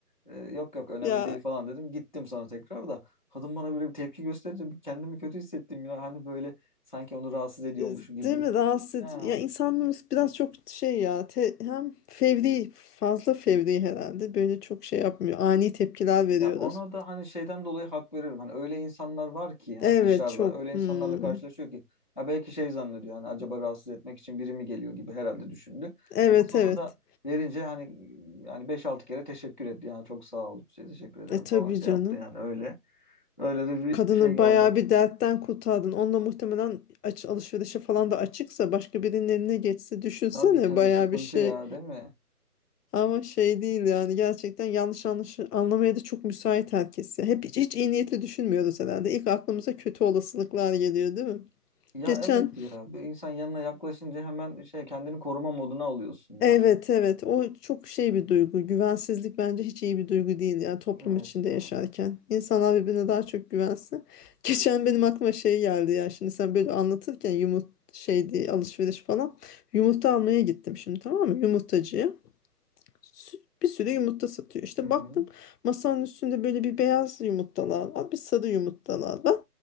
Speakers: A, on the left; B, on the left.
A: Ee, yok yok önemli
B: Ya
A: değil falan dedim. Gittim sonra tekrar da kadın bana böyle bir tepki gösterince bir kendimi kötü hissettim ya. Hani böyle sanki onu rahatsız ediyormuş
B: e,
A: gibi.
B: değil mi rahatsız edici-
A: Ha.
B: Ya insanlarımız biraz çok şey ya te- hem fevri fazla fevri herhalde
A: Hı.
B: böyle çok şey yapmıyor. Ani tepkiler veriyoruz.
A: Ya ona da hani şeyden dolayı hak veriyorum. Hani öyle insanlar var ki hani
B: Evet
A: dışarıda
B: çok.
A: öyle insanlarla
B: Hmm.
A: karşılaşıyor ki ya belki şey zannediyor hani acaba rahatsız etmek için biri mi geliyor gibi herhalde düşündü.
B: Evet
A: Ama sonra
B: evet.
A: da verince hani yani beş altı kere teşekkür etti. Yani çok sağ ol, şey, teşekkür ederim
B: E tabii
A: falan şey
B: canım.
A: yaptı yani öyle. Öyle de bir
B: Kadını
A: şey geldi.
B: bayağı bir dertten kurtardın. Onunla muhtemelen aç alışverişe falan da açıksa başka birinin eline geçse düşünsene
A: Tabii tabii
B: bayağı
A: sıkıntı
B: bir şey.
A: ya değil mi?
B: Ama şey değil yani gerçekten yanlış anlaş anlamaya da çok müsait herkes. ya. Hep hiç, hiç iyi niyetli düşünmüyoruz herhalde. İlk aklımıza kötü olasılıklar geliyor değil mi?
A: Ya
B: Geçen
A: evet ya bir insan yanına yaklaşınca hemen şey kendini koruma moduna alıyorsun ya.
B: Evet evet o çok şey bir duygu güvensizlik bence hiç iyi bir duygu değil ya toplum
A: Evet
B: içinde
A: ya.
B: yaşarken insanlar birbirine daha çok güvensin <laughs> geçen benim aklıma şey geldi ya şimdi sen böyle anlatırken yumurt şey diye alışveriş falan yumurta almaya gittim şimdi tamam mı yumurtacıya Sü- bir sürü yumurta satıyor işte
A: Hı hı.
B: baktım masanın üstünde böyle bir beyaz yumurtalar var bir sarı yumurtalar var